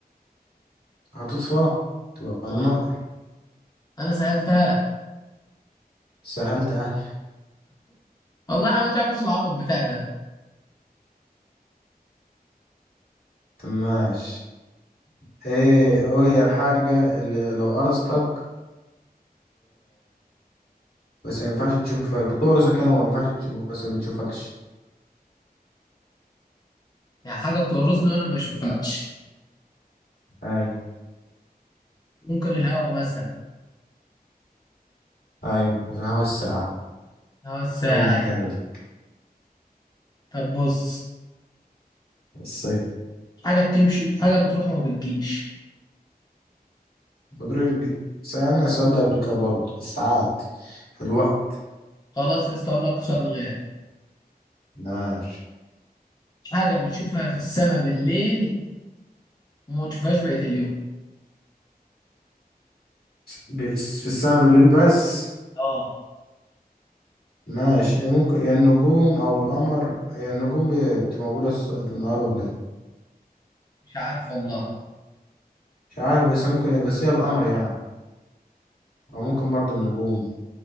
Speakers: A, on the left; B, on the left.
A: هتطفى تبقى
B: اه
A: النار
B: انا سألتها
A: سهلت اهي
B: والله انا مش عارف ايش العبط بتاع ده
A: طب ماشي ايه هي الحاجة اللي لو قرصتك بس ما ينفعش تشوفك بتقرصك يعني وما ينفعش تشوف بس ما بتشوفكش
B: يعني حاجة بتقرصني وانا ما بشوفهاش
A: اي
B: ممكن الهوا مثلا
A: أيوة الهوا الساقع
B: هوا الساعة
A: هوا المتلج
B: إيه؟ طب بص
A: الصيف
B: حاجة بتمشي حاجة بتروح وما بتجيش
A: بتروح سألنا السؤال ده قبل كده برضه الساعات الوقت
B: خلاص يا اسطى اقول لك سؤال غير
A: ماشي
B: حاجة بتشوفها في السماء بالليل وما تشوفهاش بقية اليوم
A: بس في السماء بالليل بس
B: اه
A: ماشي إيه ممكن يا النجوم أو القمر يا النجوم ب- بتبقى موجودة الص- في النهار ولا إيه
B: مش عارف والله
A: مش عارف بس ممكن بس هي القمر يعني أو ممكن برضه النجوم